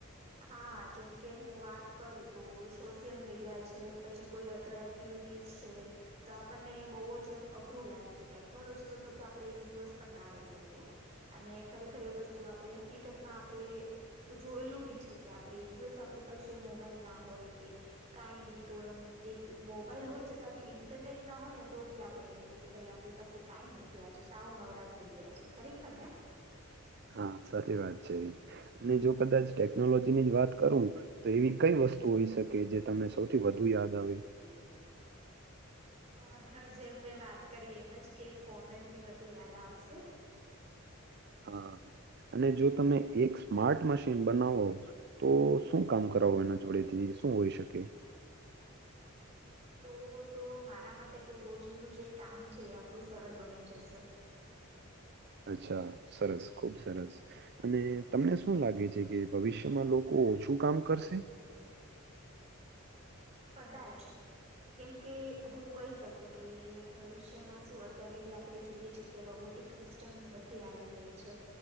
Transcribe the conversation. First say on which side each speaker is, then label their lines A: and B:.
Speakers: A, on the right; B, on the right.
A: હા, જેમ કે હું વાત કરુ તો સોસિયલ મીડિયા છે પછી કોઈ અધર એક્ટિવિટીસ છે. તો આપને બઉ જ એમ અઘરું લાગે કે, ટેકનોલોજી વગર તો આપડણે એક દિવસ પણ ના રહી શકીએ. અને ખરેખર એ વસ્તુ આપડણેે હકીકત માં આપડણેે જોયેલું બી છે. કે આપડણે એક દિવસ આપળી પાસે મોબાઈલ ના હોય કે, કાઈ બી તો એમ્મ. એક ત મોબાઈલ હોય છતાં બી ઇન્ટરનેટ ના હોય, ને તો બી આપડે એમ થાય કે ભાઈ આપ પસી કાઈ નથી, આજે સાવ નવરા થઈ ગયા છે. ખરેખર ને
B: હા સાચી વાત છે અને જો કદાચ ટેકનોલોજી ની જ વાત કરુ તો એવી કઈ વસ્તુ ઓઈ શકે, જે તમને સૌથી વધુ યાદ આવે.
A: અ હ જેમ મેં વાત કરી એમ જ કે, ફોન જ ની વધુ યાદ આવસે.
B: હા અને જો તમે એક સ્માર્ટ મશીન બનાવો. તો શું કામ કરાવો એના જોડે થી? શું ઓઈ શકે.
A: તો તો મારા માતે તો રોજિંદું જે કામ છે, એ આપડું સરળ બની જશે.
B: અચ્છા, સરસ ખૂબ સરસ. અને તમને શું લાગે છે કે, ભવિષ્યમાં લોકો ઓછું કામ કરશે.
A: કદાચ. કેમ કે હું કઈ શકું કે, ભવિષ્યમાં શું અત્યારે બી આપડે જોઈએ છે. કે રોબોટિક સિસ્ટમ્સ બધી આવી જાય છે.